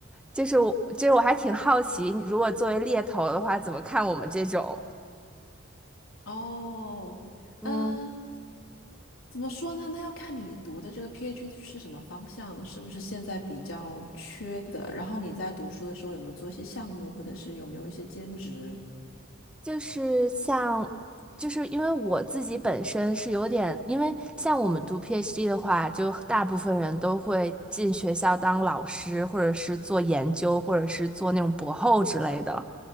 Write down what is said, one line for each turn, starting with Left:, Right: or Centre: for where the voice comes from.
Centre: 就是我就是我还挺好奇，如果作为猎头的话，怎么看我们这种？
Left: 哦，
Centre: 嗯，
Left: 嗯，怎么说呢？那要看你读的这个 PhD 是什么方向，是不是现在比较缺的？然后你在读书的时候有没有做一些项目，或者是有没有一些兼职？
Centre: 就是像，就是因为我自己本身是有点，因为像我们读 PhD 的话，就大部分人都会进学校当老师，或者是做研究，或者是做那种博后之类的。